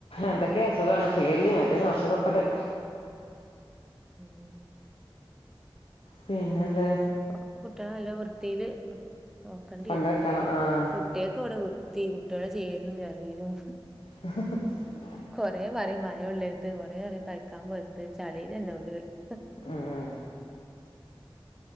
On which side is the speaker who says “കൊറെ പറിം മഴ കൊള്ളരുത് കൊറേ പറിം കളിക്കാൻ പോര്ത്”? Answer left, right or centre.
Centre